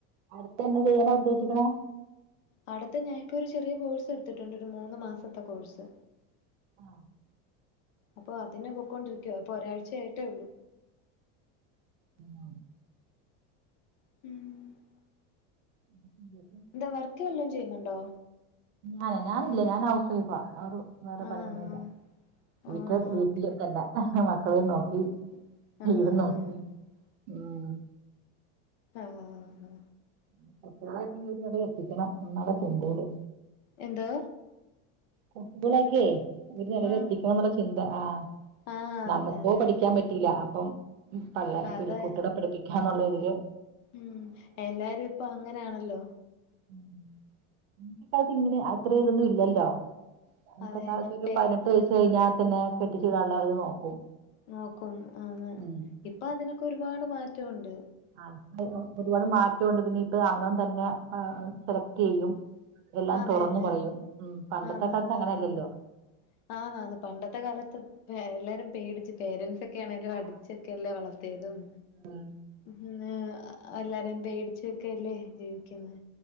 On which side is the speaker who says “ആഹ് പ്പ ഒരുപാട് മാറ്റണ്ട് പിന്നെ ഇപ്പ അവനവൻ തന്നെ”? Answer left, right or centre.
Right